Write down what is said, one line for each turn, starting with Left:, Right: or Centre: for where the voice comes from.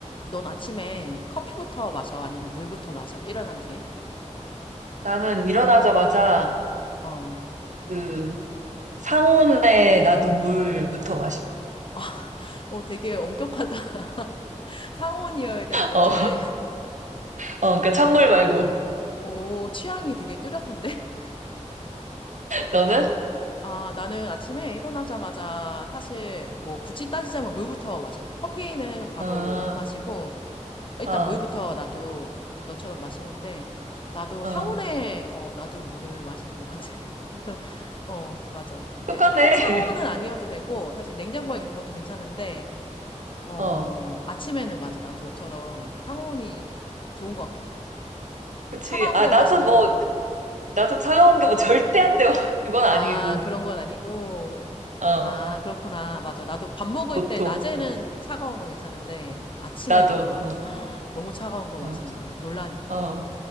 Left: 넌 아침에 커피부터 마셔? 아니면 물부터 마셔? 일어난 뒤에?
Right: 나는 일어나자마자
Left: 어.
Right: 그 상온에 놔둔 물부터 마셔.
Left: 아, <laughs> 어, 되게 엄격하다. <laughs> 상온이어야 되는 거지.
Right: <laughs> 어, 어,
Left: <laughs>
Right: 그러니까 찬물 말고.
Left: 오, 취향이 되게 뚜렷한데? <laughs>
Right: 너는?
Left: 아, 나는 아침에 일어나자마자 사실 뭐 굳이 따지자면 물부터 마셔. 커피는 바로
Right: 어,
Left: 안 마시고, 일단
Right: 어,
Left: 물부터 나도 너처럼 마시는데, 나도
Right: 어.
Left: 상온에, 어, 나도 물을 마시는 것 같아. <laughs> 보통, 어, 맞아. 근데
Right: 똑같네.
Left: 꼭
Right: <laughs>
Left: 상온은 아니어도 되고, 사실 냉장고에 있는 것도 괜찮은데, 어,
Right: 어, 어.
Left: 아침에는 맞아. 나도 너처럼 상온이 좋은 것 같긴 해.
Right: 그치.
Left: 차가운
Right: 아,
Left: 거
Right: 나도
Left: 마시면은,
Right: 뭐, 나도 차가운 게 뭐 절대 안 돼. <laughs> 그건 아니고.
Left: 아, 그런 건 아니고,
Right: 어,
Left: 아, 그렇구나. 맞아. 나도 밥 먹을
Right: 보통.
Left: 때, 낮에는 차가운 거 괜찮은데, 아침에는
Right: 나도.
Left: 막,
Right: 어,
Left: <gasps> 너무 차가운 거 마시면
Right: 어,
Left: 놀라니까.
Right: 어,